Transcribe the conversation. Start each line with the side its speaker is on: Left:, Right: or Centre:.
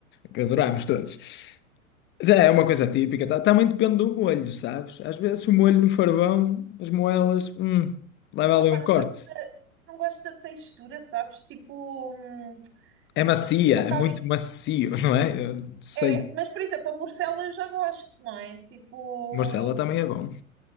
Left: que adorámos todos. Mas É uma coisa típica, tá? Também depende do molho, sabes? Às vezes o molho no farvão, as moelas, hum, leva
Right: Epá,
Left: ali um
Right: não
Left: corte.
Right: gosto da, não gosto da textura, sabes? Tipo, hum,
Left: É macia,
Right: não
Left: é
Right: está
Left: muito
Right: ali-
Left: macio, <laughs> não é? Eu sei.
Right: É, mas por exemplo, a morcela eu já gosto, não é? Tipo,
Left: Morcela também é bom.